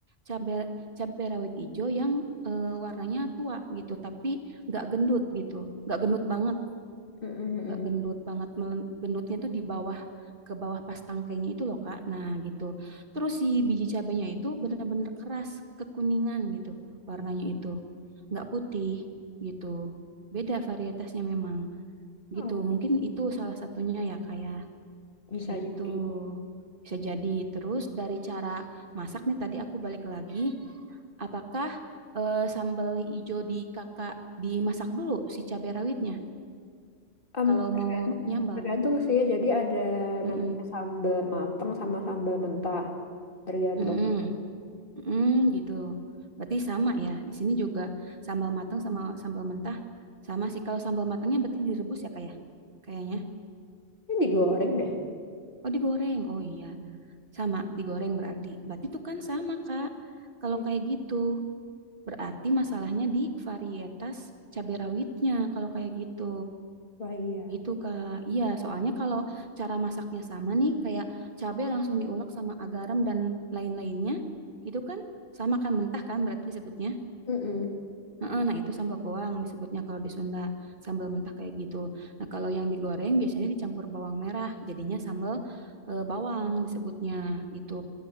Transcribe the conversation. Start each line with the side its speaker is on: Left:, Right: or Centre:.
Right: cabe cabe rawit ijo yang eh, warnanya tua gitu, tapi nggak gendut gitu, nggak gendut banget
Left: Mm, mm,
Right: nggak gendut banget melen- gendutnya tuh di bawah ke bawah pas tangkainya itu loh Kak nah gitu terus si biji cabenya itu benar-benar keras kekuningan gitu warnanya itu nggak putih gitu beda varietasnya memang
Left: mm.
Right: gitu
Left: oh.
Right: mungkin itu salah satunya ya kayak
Left: Bisa
Right: gitu
Left: jadi.
Right: bisa jadi terus dari cara masak nih tadi aku balik lagi apakah eh, sambal hijau di kakak dimasak dulu si cabai rawitnya
Left: Em,
Right: kalau
Left: tergan-
Right: mau nyambal
Left: tergantung sih. Jadi ada
Right: mm
Left: namanya sambal mateng sama sambal mentah. Tergantung.
Right: Mm-mm, mm-mm, gitu. Berarti sama ya. Di sini juga sambal matang sama sambal mentah sama sih. Kalau sambal matangnya berarti direbus ya kayak kayaknya.
Left: Ini digoreng deh.
Right: Oh digoreng. Oh iya, sama digoreng berarti. Berarti tuh kan sama Kak. Kalau
Left: Iya.
Right: kayak gitu berarti masalahnya di varietas cabai rawitnya kalau kayak gitu.
Left: Wah, iya.
Right: Gitu Kak. Iya, soalnya kalau cara masaknya sama nih kayak cabai langsung diulek sama garam dan lain-lainnya, itu kan sama kan mentah kan berarti disebutnya.
Left: Mm-mm.
Right: Heeh, Nah, itu sambal goang disebutnya kalau di Sunda, sambal mentah kayak gitu. Nah, kalau yang digoreng biasanya dicampur bawang merah, jadinya sambal eh, bawang disebutnya gitu.